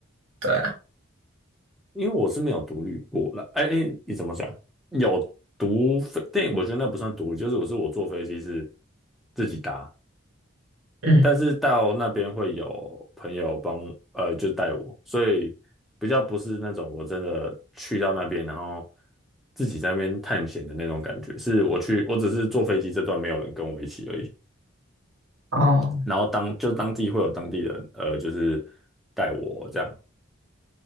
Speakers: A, on the right; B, in the centre.
A: 对啊，
B: 因为我是没有独立过了。哎哎，你怎么讲？有独飞，但我觉得那不算独，就是我是我坐飞机是自己搭，
A: 嗯，
B: 但是到那边会有朋友帮，呃，就带我，所以比较不是那种我真的去到那边，然后自己在那边探险的那种感觉。是我去，我只是坐飞机这段没有人跟我一起而已，
A: 哦，
B: 然后当就当地会有当地人，呃，就是带我这样。